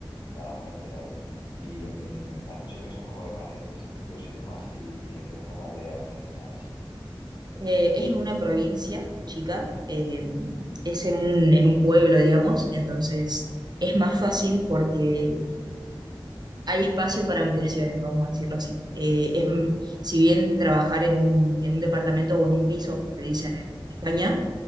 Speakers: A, on the left (about 55°); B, on the right (about 50°).
A: para adaptarte a ellos. Y mm, has dicho que son como de parientes tuyos y demás, ¿y, y en qué zona de Argentina es?
B: Eh, es en una provincia, chica, eh, es en un, en un pueblo, digamos, entonces es más fácil porque hay espacio para ampliaciones, vamos a decirlo así. Eh, es, m- si bien trabajar en un, en un departamento o en un piso, como te dicen en España,